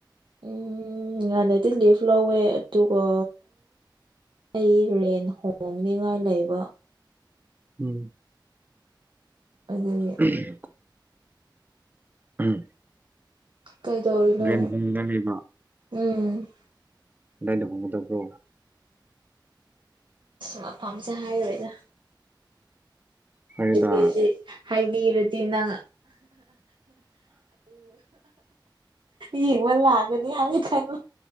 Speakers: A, on the right (about 80°); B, on the right (about 25°).
A: ꯎꯝ ꯉꯥꯟꯅꯗꯤ ꯂꯤꯞ ꯂꯧꯋꯦ ꯑꯗꯨꯒ ꯑꯩ ꯔꯦꯟ ꯍꯣꯡꯅꯤꯉꯥꯏ ꯂꯩꯕ
B: ꯎꯝ
A: ꯑꯗꯨꯗꯤ
B: <unintelligible> <unintelligible>
A: ꯀꯩꯗꯧꯔꯤꯅꯣ
B: ꯔꯦꯟ ꯍꯣꯡꯒꯗꯧꯔꯤꯕ
A: ꯎꯝ
B: ꯀꯗꯥꯏꯗ ꯍꯣꯡꯒꯗꯕ꯭ꯔꯣ
A: ꯃꯐꯥꯝꯁꯦ ꯍꯥꯏꯔ‌ꯣꯏꯗ
B: ꯐꯔꯦꯗ
A: ꯍꯥꯏꯕꯤꯔꯗꯤ ꯍꯥꯏꯕꯤꯔꯗꯤ ꯅꯪ ꯌꯦꯡꯕ ꯂꯥꯛꯀꯅꯤ ꯍꯥꯏꯅ ꯈꯟꯕ